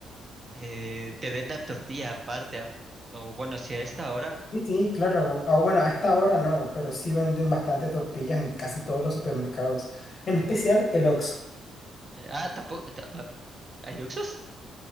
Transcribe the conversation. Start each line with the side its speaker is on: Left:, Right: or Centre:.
Right: eh, te vendan tortilla aparte, ap- o bueno, si a esta hora.
Left: sí, sí, claro. Ah, bueno, a esta hora no, pero sí venden bastante tortillas en casi todos los supermercados, en especial
Right: no.
Left: el Oxxo.
Right: eh, Ah, tampoco. ta- ay, ¿Hay Oxxos?